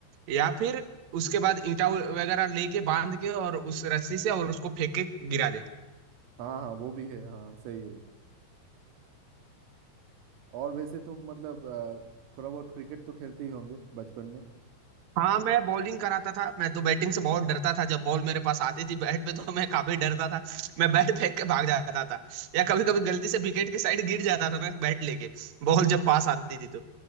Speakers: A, on the right; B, on the right.
A: या फिर उसके बाद ईंटा वगैरह लेके बांध के और उस रस्सी से और उसको फेंक के गिरा दे
B: हाँ हाँ वो भी है हाँ सही है और वैसे तुम मतलब अ, थोड़ा बहुत क्रिकेट तो खेलते ही होंगे बचपन में
A: हाँ मैं बॉलिंग कराता था मैं तो बैटिंग से बहुत डरता था जब बॉल मेरे पास आती थी बैट पे तो मैं काफी डरता था मैं बैट फेंक के भाग जाता था या कभी कभी गलती से विकेट के साइड गिर जाता था मैं बैट लेके बॉल जब पास आती थी तो